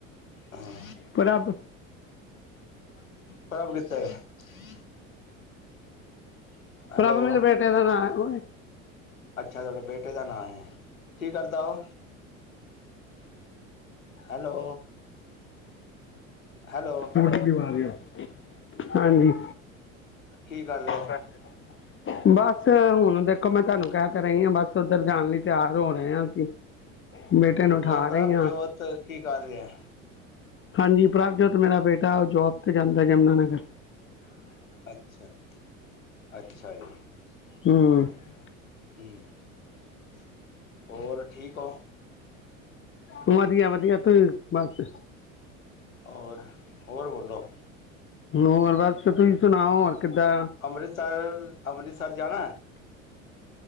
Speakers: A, on the left; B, on the left.
A: ਹਾਂ
B: ਪਰ ਆਪ <inaudible>
A: ਪ੍ਰਭ ਕਿੱਥੇ ਐ? <inaudible> ਹੈਲੋ
B: ਪ੍ਰਭ ਮੇਰੇ ਬੇਟੇ ਦਾ ਨਾਂ ਐ ਓਏ
A: ਅੱਛਾ, ਤੁਆਡੇ ਬੇਟੇ ਦਾ ਨਾਂ ਏ ਕੀ ਕਰਦਾ ਓ ਹੈਲੋ ਹੈਲੋ
B: <unintelligible> ਹਾਂਜੀ।
A: ਕੀ ਕਰ ਰਿਹਾ
B: <inaudible> ਬਸ ਹੁਣ ਦੇਖੋ, ਮੈਂ ਤੁਹਾਨੂੰ ਕਹਿ ਤਾਂ ਰਹੀ ਆ। ਬਸ ਓਦਰ ਜਾਣ ਲਈ ਤਿਆਰ ਹੋ ਰਹੇ ਆ। ਅਸੀਂ ਬੇਟੇ ਨੂੰ ਠਾ
A: ਨਹੀਂ
B: ਰਹੀ
A: ਪ੍ਰਭਜੋਤ
B: ਹਾਂ
A: ਕੀ ਕਰ ਰਿਹਾ
B: ਹਾਂਜੀ ਪ੍ਰਭਜੋਤ ਮੇਰਾ ਬੇਟਾ ਓ ਜੋਬ ਤੇ ਜਾਂਦਾ ਯਮੁਨਾ ਨਗਰ
A: ਅੱਛਾ-ਅੱਛਾ ਜੀ
B: ਹੂੰ
A: <inaudible> ਹੂੰ <unintelligible> ਹੋਰ ਠੀਕ ਹੋ।
B: ਵਧੀਆ-ਵਧੀਆ ਤੁਸੀ ਬਸ।
A: ਹੋਰ-ਹੋਰ ਬੋਲੋ।
B: ਹੋਰ, ਬਸ ਤੁਸੀਂ ਸੁਣਾਓ ਹੋਰ ਕਿੱਦਾਂ।
A: ਅੰਮ੍ਰਿਤਸਰ-ਅੰਮ੍ਰਿਤਸਰ ਜਾਣਾ ਐ?